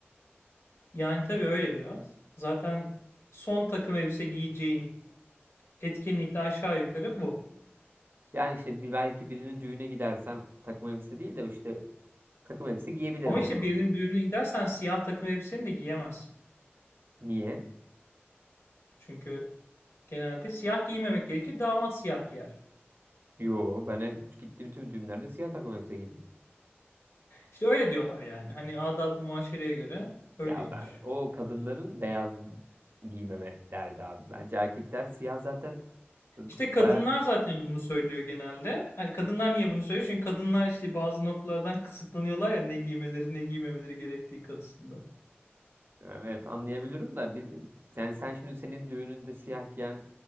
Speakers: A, on the left; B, on the right.
A: Yani tabii öyle biraz. Zaten son takım elbise giyeceğin etkinlikte aşağı yukarı bu.
B: Yani işte bir, belki birini düğüne gidersem takım elbise değil de işte takım elbise giyebilirim
A: Ama
B: o
A: işte
B: zaman.
A: birinin düğününe gidersen siyah takım elbiseni de giyemezsin.
B: Niye?
A: Çünkü genelde siyah giymemek gerekir. Damat siyah giyer.
B: Yo ben hep gittiğim tüm düğünlerde siyah takım elbise giydim.
A: İşte öyle diyorlar yani. Hani adat muaşereye göre öyleymiş.
B: Ya ben o kadınların beyaz giymeme derdi abi. Bence erkekler siyah zaten e,
A: İşte kadınlar
B: bayağı
A: zaten bunu söylüyor genelde. Hani kadınlar niye bunu söylüyor? Çünkü kadınlar işte bazı noktalardan kısıtlanıyorlar ya ne giymeleri ne giymemeleri gerektiği konusunda.
B: yani evet anlayabilirim da biz, yani sen şimdi senin düğününde siyah giyen